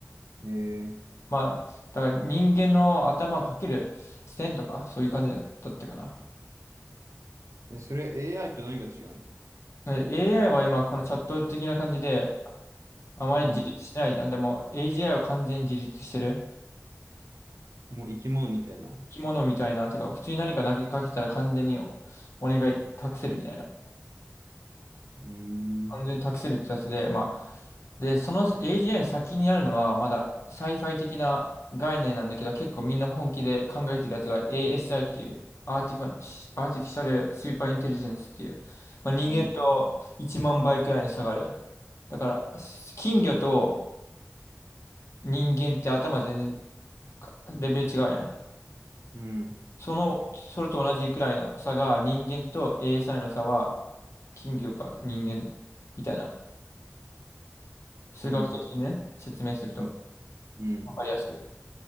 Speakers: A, on the right; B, on the left.
A: え
B: まあ、だから人間の頭かける線とか、そういう感じだったかな。
A: ー、え、それ AI と何が違うの
B: で AI は今、このチャット的な感じで、あまり自立してないじゃん。
A: うん。
B: でも、AGI は完全に自立してる。
A: もう生き物みたいな。う
B: 生き物みたいな、てか、普通に何か投げかけたら完全におお願い託せるみたいな。
A: ーん。
B: 完全に託せるってやつで、まあ、で、その AGI の先にあるのは、まだサイファイ的な概念なんだけど、結構みんな本気で考えてるやつが ASI っていう、アーティファ、アーティフィシャルスーパーインテリジェンスっていう、まあ、人間と1万倍くらいの差がある。
A: うん。
B: だから、金魚と人間って頭全然かレベル違うやん。
A: うん。
B: その、それと同じくらいの差が、人間と ASI の差は、金魚か人間みたいな、数学的にね、
A: うん。
B: 説明すると。
A: うん。うん
B: わかりやすく。